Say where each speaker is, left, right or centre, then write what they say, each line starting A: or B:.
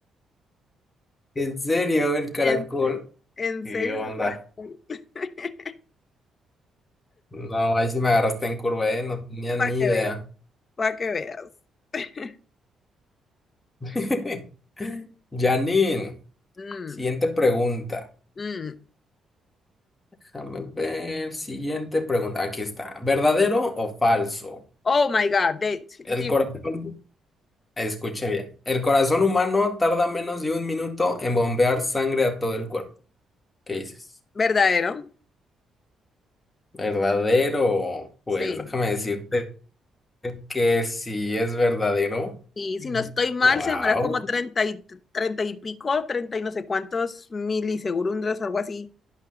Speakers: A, on the left (about 20°); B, on the left (about 40°).
A: ¿En serio? El caracol.
B: En serio, en
A: ¿Qué
B: serio,
A: onda?
B: es el caracol. <laughs>
A: No, ahí sí me agarraste en curva, ¿eh? No tenía ni
B: Para que
A: idea.
B: veas, para que veas. <laughs>
A: <laughs> Janine,
B: Mm,
A: siguiente pregunta.
B: mm.
A: Déjame ver, siguiente pregunta. Aquí está. ¿Verdadero o falso?
B: Oh my God, de-
A: El
B: di-
A: corazón, escuche bien. El corazón humano tarda menos de un minuto en bombear sangre a todo el cuerpo. ¿Qué dices?
B: verdadero.
A: ¿Verdadero? Pues
B: Sí.
A: déjame decirte. que sí es verdadero.
B: Y si no estoy mal,
A: Wow.
B: se demora como treinta y, 30 y pico, 30 y no sé cuántos milisegundos, algo así,